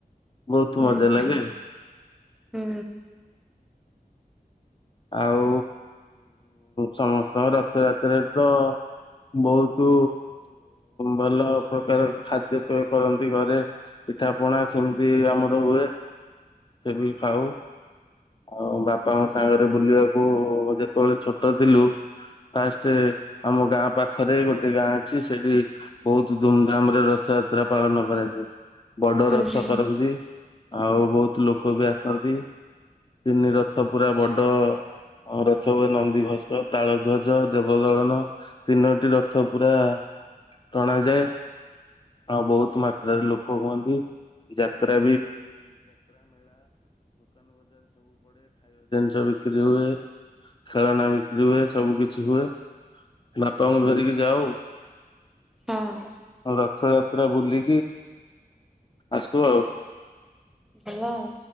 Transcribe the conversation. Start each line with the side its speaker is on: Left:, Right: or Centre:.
Left: ବହୁତ
Centre: ହୁଁ
Left: ମଜା
Centre: ହୁଁ।
Left: ଲାଗେ।
Centre: ହୁଁ
Left: ଆଉ ସମସ୍ତଙ୍କ ରଥଯାତ୍ରାରେ ତ ବହୁତ ଭଲ ପ୍ରକାର ଖାଦ୍ୟପେୟ କରନ୍ତି ଘରେ ପିଠା ପଣା ସେମିତି ଆମର ହୁଏ ସେ ବି ଖାଉ ଆଉ ବାପାଙ୍କ ସାଙ୍ଗ। ବୁଲିବାକୁ ଯେତେବେଳେ ଛୋଟ ଥିଲୁ ଫାଷ୍ଟ ଆମ ଗାଁ ପାଖ ପାଖରେ ଗୋଟେ ଗାଁ ଅଛି ସେଇଠି ବହୁତ ଧୁମଧାମ ରେ ରଥଯାତ୍ରା ପାଳନ କରାଯାଏ। ବଡ
Centre: ହୁଁ
Left: ରଥ
Centre: ହୁଁ
Left: କରନ୍ତି। ଆଉ ବହୁତ ଲୋକ ବି ଆସନ୍ତି ତିନି ରଥ ପୁରା ବଡ ରଥ ହୁଏ ନନ୍ଦିଘୋଷ, ତାଳଧ୍ୱଜ, ଦେବଦଳନ ତିନୋଟି ରଥ ପୁରା ଟଣାାଯାଏ ଆଉ ବହୁତ ମାତ୍ରାରେ ଲୋକ ହୁଅନ୍ତି ଯାତ୍ରା ବି ବିକ୍ରି ହୁଏ ଖେଳନା ବିକ୍ରି ହୁଏ। ସବୁ କିଛି ହୁଏ ବାପାଙ୍କୁ ଧରିକି ଯାଉ
Centre: ହଁ
Left: ରଥଯାତ୍ରା ବୁଲି। ଆସଛୁ ଆଉ।
Centre: ଭଲ ଆଉ